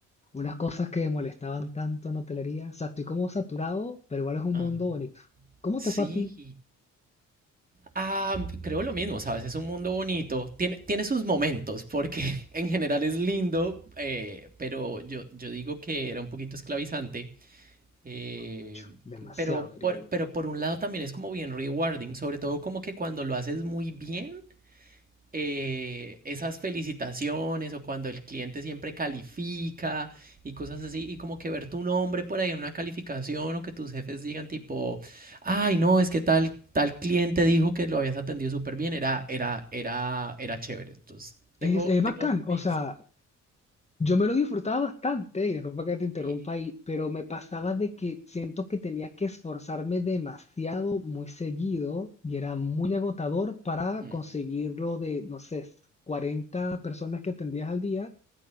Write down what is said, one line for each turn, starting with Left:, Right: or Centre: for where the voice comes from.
Left: unas cosas que me molestaban tanto en hotelería. O sea, estoy como saturado, pero igual es un
Right: Ajá.
Left: mundo bonito. ¿Cómo
Right: Sí.
Left: te fue a ti?
Right: Ah, creo lo mismo, ¿sabes? Es un mundo bonito. Tiene, tiene sus momentos, porque <laughs> en general es lindo, eh, pero yo, yo digo que era un poquito esclavizante. eh,
Left: Mucho, demasiado,
Right: pero,
Left: diría
Right: por,
Left: yo.
Right: pero por un lado también es como bien rewarding, sobre todo como que cuando lo haces muy bien, eh, esas felicitaciones o cuando el cliente siempre califica y cosas así, y como que ver tu nombre por ahí en una calificación o que tus jefes digan tipo, ay, no, es que tal, tal cliente dijo que lo habías atendido súper bien, era, era, era, era chévere. Entonces, tengo,
Left: Es, es
Right: tengo
Left: bacán,
Right: mix.
Left: o sea, Yo me lo disfrutaba bastante, y disculpa que te interrumpa
Right: Sí.
Left: ahí, pero me pasaba de que siento que tenía que esforzarme demasiado, muy seguido, y era muy agotador para
Right: Mm.
Left: conseguirlo de, no sé, 40 personas que atendías al día,